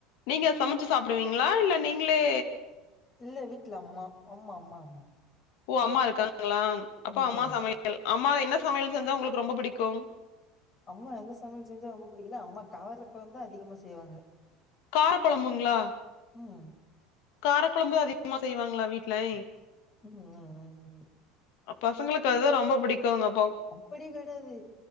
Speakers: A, on the left; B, on the left.
A: நீங்க சம ச்சு சாப்டுவீங்ளா இல்ல நீங்ளே
B: இல்ல வீட்ல அம்மா அம்மா அம்மா அம்மா
A: ஓ அம்மா இருக்காங்களா அப்போ
B: ம்
A: அம்மா
B: ம்
A: சமைய ல் அம்மா என்ன சமையல் செஞ்சா உங்களுக்கு ரொம்ப புடிக்கு
B: அம்மா எந்த சமையல் செஞ்சா ரொம்ப புடிக்கல அம்மா கார கொழம்பு தா அதிகமா செய்வாங்க
A: கார கொழம்புங்ளா
B: ம்
A: கார கொழம்பு தா அதிகமா செய்வாங்ளா வீட்லை
B: ம் ம் ம் ம்
A: அ பசங்களுக்கு அதுதா ரொம்ப புடிக்குங்க அப்போ
B: அப்பிடி கெடயாது